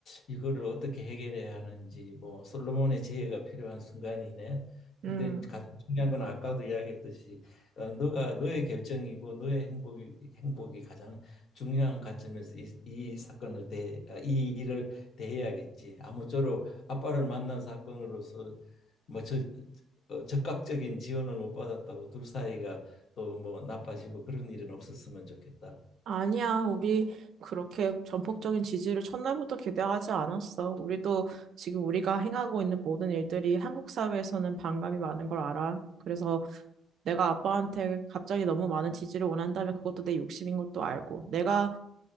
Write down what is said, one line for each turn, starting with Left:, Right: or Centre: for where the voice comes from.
Left: 이거를 어떻게 해결해야 하는지 뭐 솔로몬의 지혜가 필요한 순간이네. 근데
Right: 음.
Left: 가장 중요한 건 아까도 이야기했듯이 어, 너가 너의 결정이고 너의 행복이 행복이 가장 중요한 관점에서 이, 이 사건을 대이 일을 대해야겠지. 아무쪼록 아빠를 만난 사건으로서 뭐 저, 어, 적극적인 지원을 못 받았다고 둘 사이가 또 뭐 나빠지고 그런 일은 없었으면 좋겠다.
Right: 아니야, 우리 그렇게 전폭적인 지지를 첫날부터 기대하지 않았어. 우리도 지금 우리가 행하고 있는 모든 일들이 한국 사회에서는 반감이 많은 걸 알아. 그래서 내가 아빠한테 갑자기 너무 많은 지지를 원한다면 그것도 내 욕심인 것도 알고, 내가